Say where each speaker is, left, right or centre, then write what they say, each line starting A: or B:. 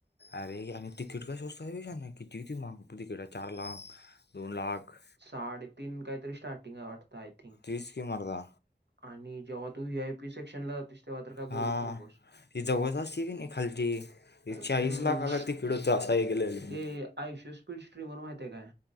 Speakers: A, on the left; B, on the right.
A: अरे आणि, तिकीट काय स्वस्त आय वय शान्या,, किती ते माग तिकीटं, चार लाखऽ दोन लाख.
B: साडेतीन काहीतरी स्टार्टिंग हाय वाटतं, आय थिंक.
A: तीज क मरदा.
B: आणि जेव्हा तू वू आय पी सेक्शन ला जातोस, तेव्हा तर काय
A: हां
B: बोलूच नकोस,
A: ही जबरदस्त हवी नाही खालची,
B: हम्म
A: चाळीस लाखाला तिकीड होत अस ऐकलेलं.
B: ते,,
A: मी.
B: आयश स्पीडऽ ट्रिमर माहिती काय?